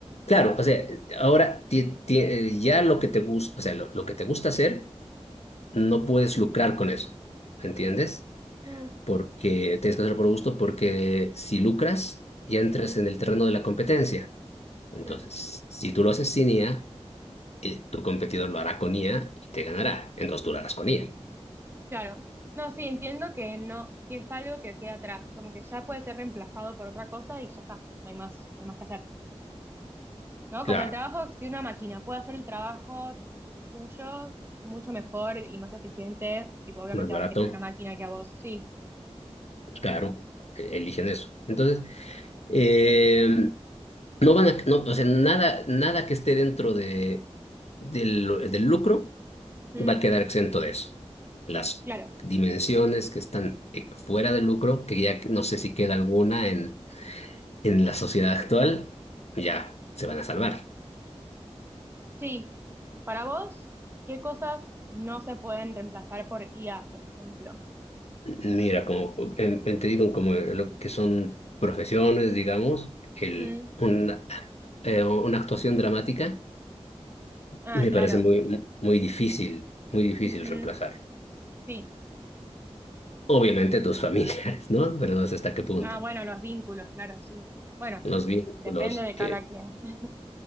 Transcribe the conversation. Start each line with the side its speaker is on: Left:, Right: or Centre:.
Left: claro, o sea, ahora ti- ti- ya lo que te gusta, o sea, lo lo que te gusta hacer. no puedes lucrar con eso, ¿entiendes?
Right: Mm,
Left: Porque tienes que hacerlo por gusto, porque si lucras, ya entras en el terreno de la competencia. Entonces,
Right: mm,
Left: si tú lo haces sin IA, eh, tu competidor lo hará con IA y te ganará. Entonces tú lo harás con IA.
Right: claro. No, sí, entiendo que no, que es algo que queda atrás, como que ya puede ser reemplazado por otra cosa y ya está, no hay más, no hay más que hacer. ¿No?
Left: Claro,
Right: Como el trabajo, si una máquina puede hacer el trabajo tuyo mucho mejor y más eficiente, tipo, obviamente
Left: más barato,
Right: van a elegir una máquina que a vos. Sí.
Left: claro, e- eligen eso. Entonces, eh, no van a, no, o sea, nada, nada que esté dentro de, del, del lucro
Right: Mm,
Left: va a quedar exento de eso. Las
Right: claro.
Left: dimensiones que están eh, fuera de lucro, que ya no sé si queda alguna en, en la sociedad actual, ya se van a salvar.
Right: Sí. Para vos, ¿qué cosas no se pueden reemplazar por IA, por ejemplo?
Left: Mira, como en- en- te digo, como lo que son profesiones, digamos, el,
Right: Mm,
Left: una, eh, una actuación dramática
Right: ah,
Left: me
Right: claro.
Left: parece muy, muy difícil, muy difícil
Right: Ujú,
Left: reemplazar.
Right: Sí.
Left: Obviamente tus <laughs> familiares ¿no? Pero no sé hasta qué punto.
Right: Ah, bueno, los vínculos, claro, sí. Bueno,
Left: Los vínculos,
Right: Depende de cada
Left: eh,
Right: quien. <laughs>